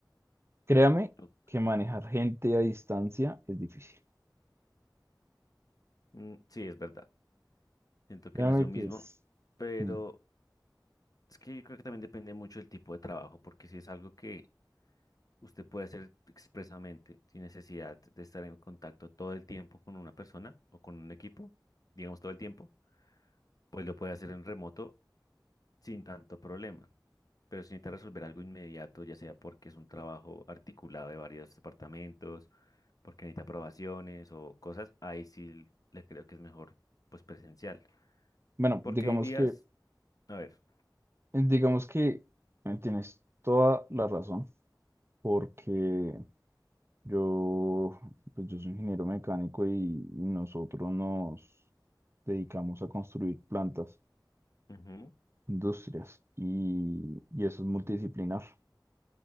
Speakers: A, on the right (about 35°); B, on the left (about 50°).
A: Créame
B: ok.
A: que manejar gente a distancia es difícil.
B: Mm, sí, es verdad. Siento que
A: Créame
B: no es lo mismo,
A: que es...
B: pero
A: mm.
B: es que yo creo que también depende mucho del tipo de trabajo, porque si es algo que usted puede hacer expresamente, sin necesidad de estar en contacto todo el tiempo con una persona o con un equipo, digamos todo el tiempo, pues lo puede hacer en remoto sin tanto problema. pero se necesita resolver algo inmediato, ya sea porque es un trabajo articulado de varios departamentos, porque necesita aprobaciones o cosas, ahí sí le creo que es mejor, pues presencial.
A: Bueno,
B: Porque
A: digamos
B: hay días,
A: que,
B: a ver,
A: digamos que eh, tienes toda la razón, porque Yo, pues yo soy ingeniero mecánico y y nosotros nos dedicamos a construir plantas,
B: ujú,
A: industrias y, y eso es multidisciplinar.